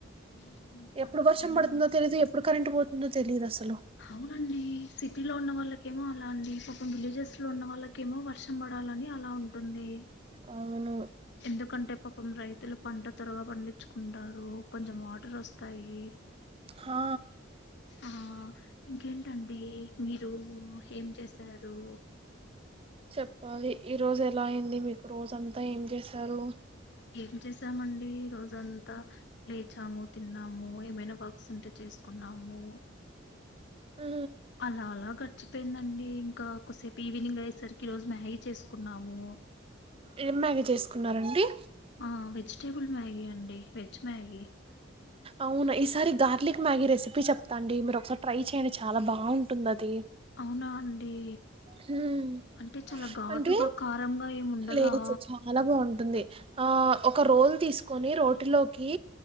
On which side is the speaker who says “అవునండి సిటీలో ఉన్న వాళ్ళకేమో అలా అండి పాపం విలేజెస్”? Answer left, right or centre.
Left